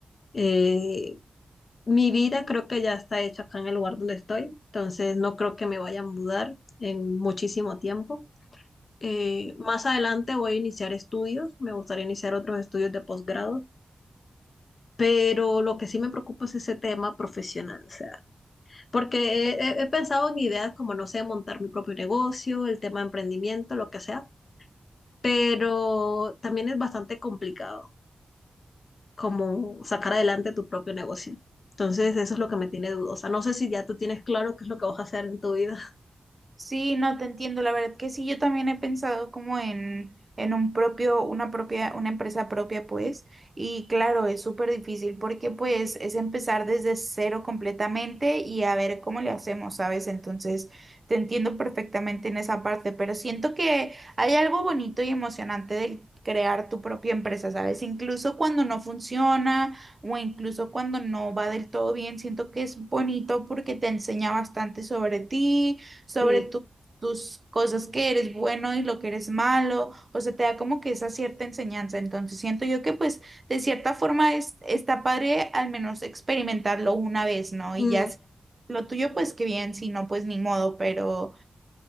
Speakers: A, on the left (about 50°); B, on the right (about 30°).
A: Eh, mi vida creo que ya está hecha acá en el lugar donde estoy, entonces no creo que me vaya a mudar en muchísimo tiempo. Eh, más adelante voy a iniciar estudios, me gustaría iniciar otros estudios de posgrado, pero lo que sí me preocupa es ese tema profesional, o sea. Porque he, he- pensado en ideas como, no sé, montar mi propio negocio, el tema de emprendimiento, lo que sea, pero también es bastante complicado como sacar adelante tu propio negocio. Entonces, eso es lo que me tiene dudosa. No sé si ya tú tienes claro qué es lo que vas a hacer en tu vida. <laughs>
B: Sí, no te entiendo, la verdad que sí, yo también he pensado como en, en un propio, una propia, una empresa propia, pues, y claro, es súper difícil porque pues es empezar desde cero completamente y a ver cómo le hacemos, ¿sabes? Entonces, te entiendo perfectamente en esa parte, pero siento que hay algo bonito y emocionante del crear tu propia empresa, ¿sabes? Incluso cuando no funciona o incluso cuando no va del todo bien, siento que es bonito porque te enseña bastante sobre ti sobre
A: Sí,
B: tu- tus cosas que eres bueno y lo que eres malo, o sea, te da como que esa cierta enseñanza. Entonces siento yo que pues de cierta forma es, está padre al menos experimentarlo una vez, ¿no? Y
A: Mm,
B: ya si lo tuyo pues qué bien, si no pues ni modo, pero,